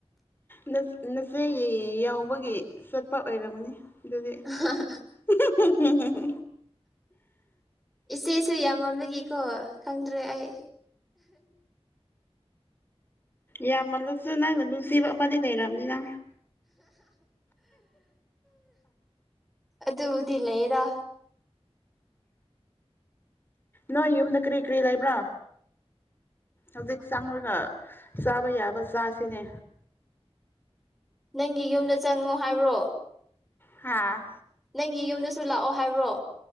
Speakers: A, on the left; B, in the centre.
A: ꯅꯨꯐ ꯅꯨꯐꯤꯒꯤ ꯌꯥꯎꯕꯒꯤ ꯆꯠꯄ ꯑꯣꯏꯔꯝꯒꯅꯤ ꯑꯗꯨꯗꯤ
B: ꯑꯍꯥ ꯍꯥ ꯍꯥ
A: ꯑꯍꯥ ꯍꯥ ꯍꯥ ꯍꯥ
B: ꯏꯆꯦꯁꯨ ꯌꯥꯝ ꯃꯟꯕꯒꯤꯀꯣ ꯈꯪꯗ꯭ꯔꯦ ꯑꯩ
A: ꯌꯥꯝꯃꯜꯂꯁꯨ ꯅꯪꯅ ꯅꯨꯡꯁꯤꯕ ꯑꯃꯗꯤ ꯂꯩꯔꯝꯅꯤ ꯅꯥ
B: ꯑꯗꯨꯕꯨꯗꯤ ꯂꯩꯌꯦꯗ
A: ꯅꯣꯏ ꯌꯨꯝꯗ ꯀꯔꯤ ꯀꯔꯤ ꯂꯩꯕ꯭ꯔꯥ ꯍꯧꯖꯤꯛ ꯆꯪꯔꯒ ꯆꯥꯕ ꯌꯥꯕ ꯆꯥꯁꯤꯅꯦ
B: ꯅꯪꯒꯤ ꯌꯨꯝꯗ ꯆꯪꯉꯣ ꯍꯥꯏꯕ꯭ꯔꯣ
A: ꯍꯥꯥ
B: ꯅꯪꯒꯤ ꯌꯨꯝꯗꯁꯨ ꯂꯥꯛꯑꯣ ꯍꯥꯏꯕ꯭ꯔꯣ